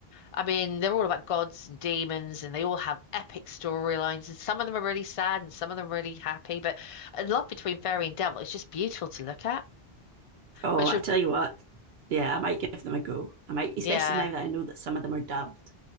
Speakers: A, on the left (about 55°); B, on the right (about 75°).
A: I mean, they're all about gods and demons, and they all have epic storylines, and some of them are really sad and some of them are really happy. But uh, love between fairy and devil is just beautiful to look at.
B: Oh,
A: Which,
B: I
A: re-
B: tell you what. Yeah, I might give them a go. I might, especially
A: yeah,
B: now that I know that some of them are dubbed.